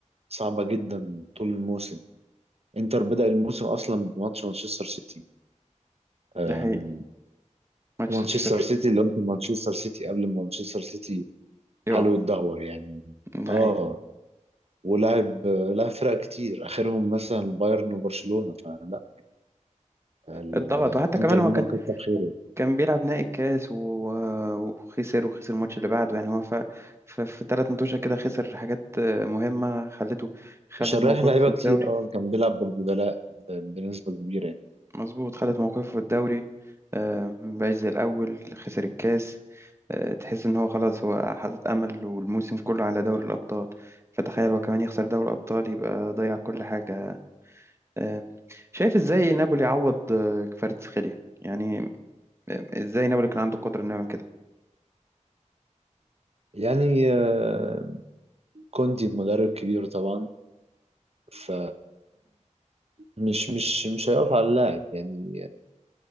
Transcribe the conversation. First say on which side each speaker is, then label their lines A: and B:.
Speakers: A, on the right; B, on the right.
A: صعبة جدا طول الموسم انتر بدأ الموسم أصلا بماتش مانشستر سيتي أم،
B: ده حقيقي ماتش
A: مانشستر
B: صفر صفر
A: سيتي اللي هو كان مانشستر سيتي قبل ما مانشستر سيتي
B: يقع
A: حاله يتدهور يعني
B: ده
A: اه
B: حقيقي
A: ولعب لعب فرق كتير اخرهم مثلا بايرن وبرشلونه فلا الانتر
B: اتضغط وحتى كمان هو
A: ميلان
B: كان
A: كتر خيره
B: كان بيلعب نهائي الكاس و- وخسر وخسر الماتش اللي بعده يعني هو ف ف- في ثلاث ماتشات كده خسر حاجات آه، مهمة خلته خلت
A: عشان رايح
B: موقفه
A: لعيبه
B: في الدوري
A: كتير اه كان بيلعب بالبدلاء بنسبه كبيره يعني
B: مظبوط خدت موقفه في الدوري آه، مبقاش زي الأول خسر الكاس آه، تحس إن هو خلاص هو حاطط أمل والموسم كله على دوري الأبطال فتخيل هو كمان يخسر دوري الأبطال يبقى ضيع كل حاجة آه، شايف إزاي نابولي عوض آه، كفاراتسخيليا يعني آه، إزاي نابولي كان عنده قدرة إنه يعمل كده
A: يعني آه، كونتي مدرب كبير طبعا ف مش مش مش هيقف على اللاعب يعني